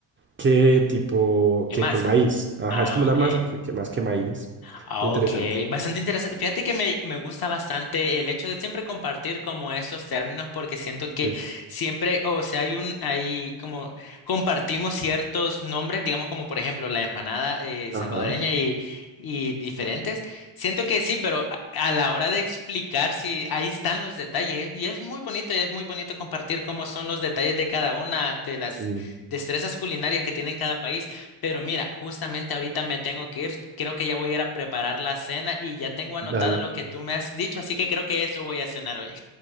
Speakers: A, on the right; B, on the left.
A: que tipo
B: ¿Qué
A: que
B: masa?
A: con maíz. Ajá,
B: Ah,
A: es como una
B: ok.
A: masa que, que más que maíz.
B: Ah,
A: Muy
B: ok,
A: interesante.
B: bastante interesante. Fíjate que me, me gusta bastante el hecho de siempre compartir como esos términos porque siento que
A: Sí.
B: siempre, o sea, hay un, hay como compartimos ciertos nombres, digamos como por ejemplo la empanada eh, salvadoreña
A: Ajá,
B: y, y diferentes. Siento que sí, pero a, a la hora de explicar, sí, ahí están los detalles y es muy bonito, es muy bonito compartir cómo son los detalles de cada una de las
A: sí.
B: destrezas culinarias que tienen cada país. Pero mira, justamente ahorita me tengo que ir, creo que ya voy a ir a preparar la cena y ya tengo anotado
A: Dale.
B: lo que tú me has dicho, así que creo que eso voy a cenar hoy.